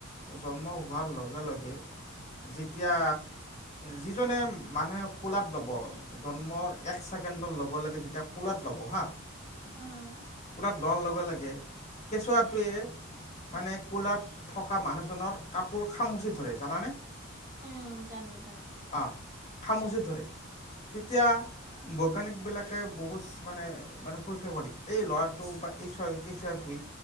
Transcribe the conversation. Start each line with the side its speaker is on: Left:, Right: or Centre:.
Left: জন্ম হোৱাৰ লগে-লগে যেতিয়া, যিজনে মানুহে কোলাত ল'ব, জন্মৰ এক ছেকেণ্ড কেণ্ড ল'ব লাগে যেতিয়া কোলাত ল'ব হা,
Right: উম
Left: কোলাত লৈ লগে-লগে কেঁচুৱাটোৱে মানে, কোলাত থকা মানুহজনৰ কাপোৰ খামুচি ধৰে, জানানে?
Right: উম, জানো-জানো।
Left: অঁ খামুচি ধৰে। তেতিয়া বৈজ্ঞানিকবিলাকে বহুত মানে, মানে পৰীক্ষা এই ল'ৰাটো বা এই ছোৱালী কেঁচুৱাটোৱে